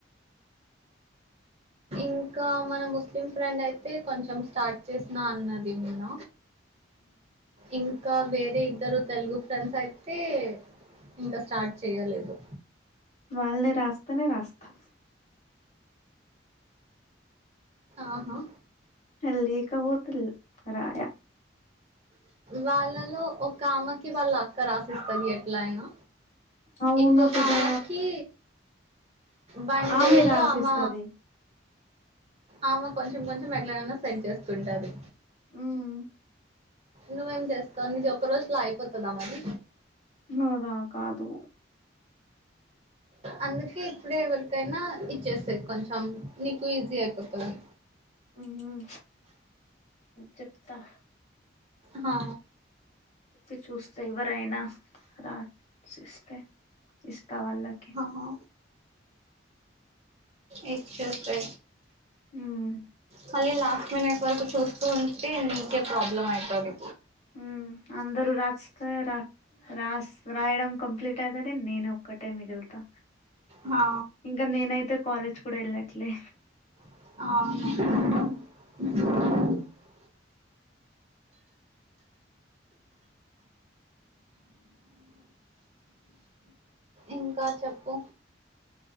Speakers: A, on the right (about 35°); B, on the left (about 35°).
A: ఇంకా మన ముస్లిం ఫ్రెండ్ అయితే కొంచెం స్టార్ట్ చేసినా అన్నది నిన్న ఇంకా వేరే ఇద్దరు తెలుగు ఫ్రెండ్స్ అయితే ఇంకా స్టార్ట్ చేయలేదు
B: వాళ్ళు నే రాస్తేనే రాస్తా
A: ఆహా
B: వాళ్ళు లేకపోతే రాయా
A: వాళ్ళలో ఒక ఆమెకి వాళ్ళ అక్క రాసిస్తది ఎట్లైనా
B: అవును
A: ఇంకొక
B: కదా
A: ఆమెకి బండేలు
B: ఆమె రాసిస్తది
A: అమ్మ ఆమ కొంచెం కొంచెం ఎట్లనైనా సెట్ జేసుకుంటది
B: ఉమ్
A: నువ్వేం జేస్తాం నీది ఒక్క రోజులో అయిపోతదా మరి
B: నాదా కాదు
A: అందుకే ఇప్పుడే ఎవరికైనా ఇచ్చేసేయ్ కొంచెం నీకు ఈజీ అయిపోతది
B: ఉమ్ చెప్తా
A: హా
B: ఇప్పి చూస్తే ఎవరైనా రాసిస్తే ఇస్త కావాలకి
A: హా ఇట్సోకే
B: ఉమ్
A: మళ్ళీ లాస్ట్ మినట్ వరకు చూస్తూ ఉంటే నీకే ప్రాబ్లమ్ అయితది
B: ఉమ్ అందరూ రాస్తే రా రాస్ రాయడం కంప్లీట్ అయితనది నేను ఒక్కటే మిగులుతా
A: హా
B: ఇంగా నేనైతే కాలేజ్ కూడా యెళ్ళట్లే
A: అవునా
B: ఉమ్,
A: ఇంకా చెప్పు